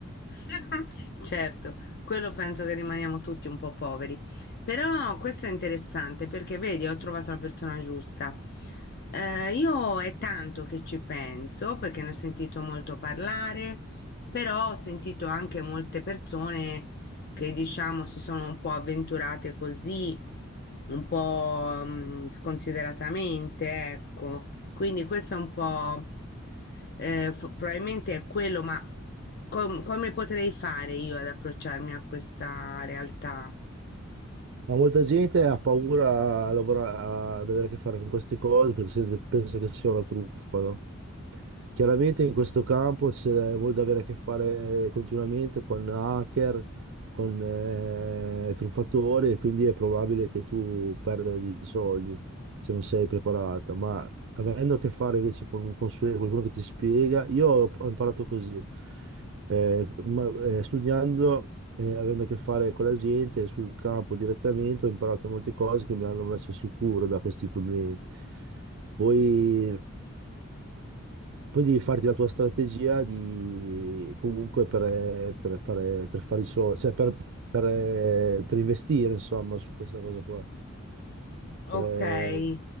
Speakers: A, on the left; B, on the right.
A: <laughs> Certo, quello penso che rimaniamo tutti un po' poveri, però questo è interessante perché vedi, ho trovato la persona giusta. Eh, io è tanto che ci penso perché ne ho sentito molto parlare, però ho sentito anche molte persone che diciamo si sono un po' avventurate così, un po' mm, sconsideratamente, ecco. Quindi questo è un po', eh, fo- probabilmente è quello, ma com- come potrei fare io ad approcciarmi a questa realtà?
B: Ma molta gente ha paura a, lavora- ad avere a che fare con queste cose perché se- pensa che sia una truffa, no? Chiaramente in questo campo c'è molto da avere a che fare continuamente con hacker, con eh, truffatori e quindi è probabile che tu perda dei soldi se non sei preparata, ma avendo a che fare invece con un consulente, qualcuno che ti spiega, io ho ho imparato così, eh, ma- eh, studiando eh, avendo a che fare con la gente sul campo direttamente, ho imparato molte cose che mi hanno messo sicuro da questi problemi. Poi, poi devi farti la tua strategia di, comunque per, per fare, per fare i soldi, cioè per, per, per investire, insomma, su questa cosa qua.
A: Ok,
B: Per,